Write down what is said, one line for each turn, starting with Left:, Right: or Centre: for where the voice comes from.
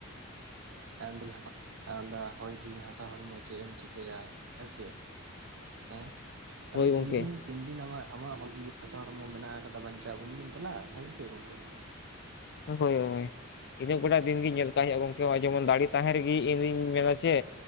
Right: <unintelligible> ᱦᱚᱭ ᱡᱤᱣᱤ ᱦᱟᱥᱟ ᱦᱚᱲᱢᱚ ᱪᱮᱫ ᱮᱢ ᱪᱤᱠᱟᱹᱭᱟ ᱦᱮᱸᱥᱮ ᱦᱮᱸ ᱛᱟᱞᱦᱮ
Left: ᱦᱳᱭ
Right: ᱛᱤᱱ
Left: ᱜᱚᱝᱠᱮ
Right: ᱫᱤᱱ ᱛᱤᱱ ᱫᱤᱱ ᱟᱢᱟᱜ ᱟᱢᱟᱜ ᱦᱚᱭ ᱡᱤᱣᱤ ᱦᱟᱥᱟ ᱦᱚᱲᱢᱚ ᱢᱮᱱᱟᱜ ᱟᱠᱟᱫᱟ ᱵᱟᱧᱪᱟᱣ ᱩᱱᱫᱤᱱ ᱫᱮᱞᱟ ᱦᱮᱸ ᱥᱮ ᱪᱮᱫ ᱜᱚᱝᱠᱮ
Left: ᱦᱳᱭ ᱦᱳᱭ ᱤᱱᱟᱹᱜ ᱜᱚᱴᱟ ᱫᱤᱱ ᱜᱮᱧ ᱧᱮᱞ ᱠᱟᱜ ᱦᱩᱭᱩᱜᱼᱟ ᱜᱚᱝᱠᱮᱜᱼᱚᱭ ᱡᱮᱢᱚᱱ ᱫᱟᱲᱮ ᱛᱟᱦᱮᱸ ᱨᱮᱜᱮ ᱤᱧᱤᱧ ᱢᱮᱱᱟ ᱪᱮ